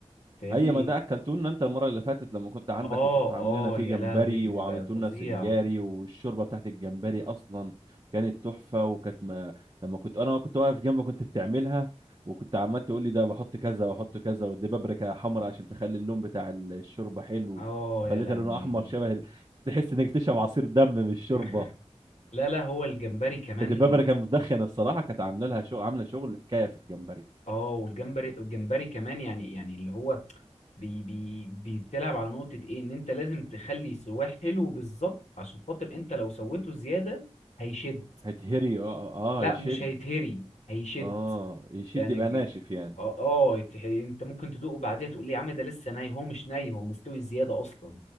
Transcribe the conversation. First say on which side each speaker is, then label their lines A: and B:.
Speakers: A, on the left (about 80°); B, on the right (about 40°).
A: فاهمني
B: اي ما ده اكلتونا انت المره اللي فاتت لما كنت عندك
A: اه
B: وكنت عامل
A: اه
B: لنا فيه
A: يا
B: جمبري
A: لهوي بيبقى
B: وعملت لنا
A: فظيع
B: سنجاري والشوربه بتاعت الجمبري اصلا كانت تحفه وكانت ما... لما كنت انا كنت واقف جنبك كنت بتعملها وكنت عمال تقول لي ده بحط كذا واحط كذا ودي بابريكا حمراء عشان تخلي اللون بتاع الشوربه حلو
A: اه
B: وخليتها
A: يا لهوي
B: لونها احمر شبه ال... <laughs> تحس انك تشرب عصير دم من الشوربه
A: <laughs> لا لا هو الجمبري كمان
B: كانت البابريكا مدخنه الصراحه كانت عامله لها شغل عامله شغل حكايه في الجمبري
A: اه والجمبري والجمبري كمان يعني يعني اللي هو بي بي بي- بتلعب على نقطة ايه ان انت لازم تخلي سواه حلو بالظبط عشان خاطر انت لو سويته زيادة هيشد
B: هتهري اه اه
A: لا
B: آه، يشد
A: مش هيتهري هيشد
B: اه يشد
A: يعني
B: يبقى
A: الج-
B: ناشف يعني
A: اه آه، يت- انت ممكن تدوقه بعديها تقول لي يا عم ده لسه ني هو مش ني هو مستوي زيادة اصلا